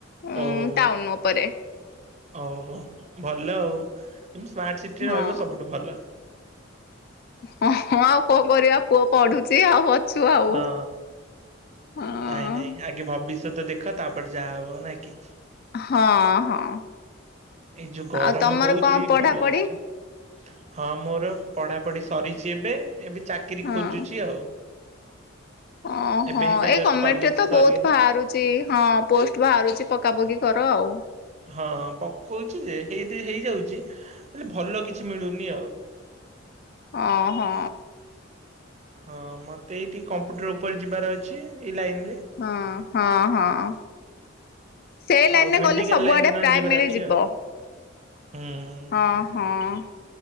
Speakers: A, on the left; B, on the right.
A: ଉଁ
B: ଓହୋ
A: ଟାଉନ ଉପରେ
B: ଓହୋ ଭଲ ଆଉ। ଏମତି ସ୍ମାର୍ଟ ସିଟିରେ
A: ହଁ
B: ରହିବ ସବୁଠୁ ଭଲ।
A: ହଁ ଆଉ କଣ କରିବା ପୁଅ ପଢୁଛି ଆଉ ଅଛୁ ଆଉ।
B: ହଁ
A: ହଁ
B: ନାଇଁ ନାଇଁ ଆଗେ ଭବିଷ୍ୟତ ଦେଖ ତାପରେ ଯାହା ହବ ନାଇଁ କି।
A: ହଁ ହଁ
B: ଏଇ ଯୋଉ ଗରମ
A: ଆଉ ତମର
B: ହଉଛି
A: କଣ ପଢାପଢି
B: ଭଲ କରିଛ ହଁ ମୋର ପଢାପଢି ସରିଛି ଏବେ ଏବେ ଚାକିରି
A: ହଁ
B: ଖୋଜୁଛି ଆଉ।
A: ଓହୋ
B: ଏବେ ହିଁ ତ
A: ଏଇ
B: ଜଷ୍ଟ
A: ଗମେଣ୍ଟ୍
B: କଲେଜ
A: ରେ ତ
B: ସରିଗଲା
A: ବହୁତ ବାହାରୁଛି। ହଁ ପୋଷ୍ଟ ବାହାରୁଛି ପକାପକି କର ଆଉ।
B: ହଁ ପକଉଛି ଯେ ହେଇଦି ହେଇଯାଉଛି ହେଲେ ଭଲ କିଛି ମିଳୁନି ଆଉ।
A: ଓହୋ।
B: ହଁ ମତେ ଏଇଠି କମ୍ପ୍ୟୁଟର୍ ଉପରେ ଯିବାର ଅଛି ଏଇ ଲାଇନ୍ ରେ।
A: ହଁ ହଁ ହଁ। ସେ ଲାଇନ୍
B: ଆଉ
A: ରେ
B: ମେଡିକାଲ
A: ଗଲେ ସବୁଆଡେ
B: ଲାଇନ ରେ ନହେଲେ
A: ପ୍ରାୟ
B: ଯିବାର
A: ମିଳିଯିବ।
B: ଅଛି ଆଉ। ହୁଁ।
A: ହଁ ହଁ।